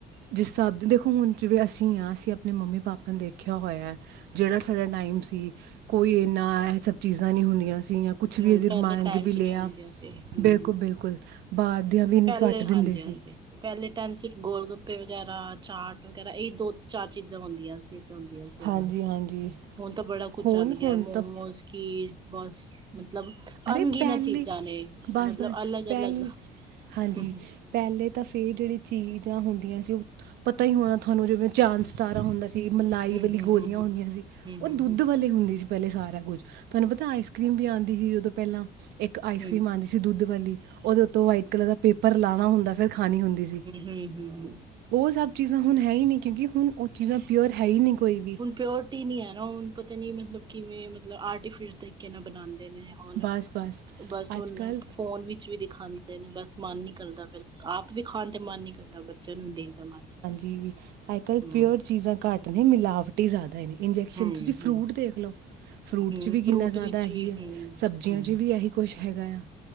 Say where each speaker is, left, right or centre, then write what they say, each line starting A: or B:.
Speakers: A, on the right (about 75°); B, on the right (about 25°).
A: ਜਿਸ ਹਿਸਾਬ ਦੇ ਦੇਖੋ ਹੁਣ ਜਿਵੇਂ ਅਸੀਂ ਹਾਂ ਅਸੀਂ ਆਪਣੇ ਮੰਮੀ ਪਾਪਾ ਨੇ ਦੇਖਿਆ ਹੋਇਆ ਜਿਹੜਾ ਸਾਡਾ ਟਾਈਮ ਸੀ। ਕੋਈ ਇੰਨਾ ਇਹ ਸਭ ਚੀਜ਼ਾਂ ਨਹੀਂ ਹੁੰਦੀਆਂ ਸੀਗੀਆਂ। ਕੁਛ
B: ਹੂੰ
A: ਵੀ ਅਗਰ
B: ਪਹਿਲੇ
A: ਮੰਗ
B: ਟਾਈਮ
A: ਵੀ
B: ਚ
A: ਲਿਆ
B: ਨਹੀਂ ਹੁੰਦੀਆਂ ਸੀ ਹੂੰ
A: ਬਿਲਕੁਲ- ਬਿਲਕੁਲ ਬਾਹਰ ਦੀਆਂ ਵੀ ਇੰਨੀ
B: ਪਹਿਲੇ
A: ਘੱਟ ਦਿੰਦੇ
B: ਹਾਂਜੀ ਹਾਂਜੀ
A: ਸੀ।
B: ਪਹਿਲੇ ਟਾਈਮ ਸਿਰਫ ਗੋਲ ਗੱਪੇ ਵਗੈਰਾ ਚਾਟ ਵਗੈਰਾ ਇਹ ਦੋ ਚਾਰ ਚੀਜ਼ਾਂ ਹੁੰਦੀਆਂ ਸੀ। ਹੁੰਦੀਆਂ ਸੀ ਇਹ
A: ਹਾਂਜੀ
B: ਗੱਲ
A: ਹਾਂਜੀ
B: ਹੁਣ ਤਾਂ ਬੜਾ ਕੁਛ
A: ਹੁਣ
B: ਚੱਲ ਗਿਆ
A: ਹੁਣ
B: ਮੋਮੋਸ
A: ਤਾਂ
B: ਕੀ ਬਸ ਮਤਲਬ
A: ਅਰੇ
B: ਅਣਗਿਨਾਂ
A: ਪਹਿਲੇ
B: ਚੀਜ਼ਾਂ ਨੇ
A: ਬਸ
B: ਮਤਲਬ
A: ਬਸ
B: ਅਲੱਗ-
A: ਪਹਿਲ
B: ਅਲੱਗ ਹੂ
A: ਹਾਂਜੀ ਪਹਿਲੇ ਤਾਂ ਫਿਰ ਜਿਹੜੀ ਚੀਜ਼ਾਂ ਹੁੰਦੀਆਂ ਸੀ ਉਹ ਪਤਾ ਹੀ ਹੋਣਾ ਤੁਹਾਨੂੰ ਜਿਵੇਂ ਚਾਂਦ ਸਤਾਰਾ ਹੁੰਦਾ ਸੀ। ਮਲਾਈ
B: ਹਮ
A: ਵਾਲੀ
B: ਹਮ
A: ਗੋਲੀਆਂ
B: ਹਮ ਹਮ
A: ਹੁੰਦੀਆਂ ਸੀ
B: ਹਮ
A: ਉਹ
B: ਹਮ
A: ਦੁੱਧ
B: ਹਮ
A: ਵਾਲੇ ਹੁੰਦੇ ਸੀ ਪਹਿਲੇ ਸਾਰਾ ਕੁੱਝ ਤੁਹਾਨੂੰ ਪਤਾ ਆਈਸ ਕਰ੍ਰੀਮ ਵੀ ਆਉਂਦੀ ਸੀ ਉਦੋਂ ਪਹਿਲਾਂ ਇੱਕ ਆਈਸ
B: ਹਮ
A: ਕਰ੍ਰੀਮ
B: ਹਮ
A: ਆਉਂਦੀ ਸੀ। ਦੁੱਧ ਵਾਲੀ ਉਹਦੇ ਉੱਤੋਂ ਵਾਈਟ ਕਲਰ ਦਾ ਪੇਪਰ ਲਾਵਾ ਹੁੰਦਾ ਫਿਰ ਖਾਣੀ ਹੁੰਦੀ ਸੀ।
B: ਹਮ ਹਮ
A: ਉਹ ਸਭ ਚੀਜ਼ਾਂ ਹੁਣ ਹੈ ਹੀ ਨਹੀਂ ਕਿਉਂਕਿ ਹੁਣ ਉਹ ਚੀਜ਼ਾਂ ਪਿਓਰ ਹੈ ਹੀ ਨਹੀਂ ਕੋਈ ਵੀ
B: ਹੁਣ ਪ੍ਰਓਰਟੀ ਨਹੀਂ ਹੈ ਨਾ ਹੁਣ ਪਤਾ ਨੀ ਮਤਲਬ ਕਿਵੇਂ ਮਤਲਬ ਆਰਟੀਫਿਸ਼ਲ ਤਰੀਕੇ ਨਾਲ ਬਣਾਉਂਦੇ ਨੇ ਹੁਣ
A: ਬਸ ਬਸ
B: ਬਸ
A: ਅੱਜ
B: ਉਹਨ
A: ਕੱਲ੍ਹ
B: ਫੋਨ ਵਿੱਚ ਵੀ ਦਿਖਾਉਦੇ ਦੇ ਨੇ ਬਸ ਮਨ ਨੀ ਕਰਦਾ ਫਿਰ ਆਪ ਵੀ ਖਾਣ ਤੇ ਮਨ ਨੀ ਕਰਦਾ ਬੱਚਿਆਂ ਨੂੰ ਵੀ ਦੇਣ ਤੇ ਮਨ ਨੀ ਕਰਦਾ
A: ਹੂ,,, ਅੱਜ ਕੱਲ
B: ਹੂੰ
A: ਪਿਓਰ ਚੀਜ਼ਾਂ ਘੱਟ ਨੇ ਮਿਲਾਵਟ ਹੀ ਜ਼ਿਆਦਾ ਨੇ ਇੰਜੈਕਸ਼ਨ
B: ਹੂੰ
A: ਤੁਸੀਂ ਫਰੂਟ
B: ਹੂੰ
A: ਦੇਖ ਲਓ ਫਰੂਟ
B: ਹੂੰ
A: 'ਚ ਵੀ ਕਿੰਨਾ
B: ਫਰੂਟ
A: ਜ਼ਿਆਦਾ
B: ਵਿੱਚ
A: ਇਹੀ
B: ਵੀ
A: ਆ
B: ਹੂੰ
A: ਸਬਜ਼ੀਆਂ
B: ਹੂੰ
A: 'ਚ ਵੀ ਇਹੀ ਕੁਛ ਹੈਗਾ ਆ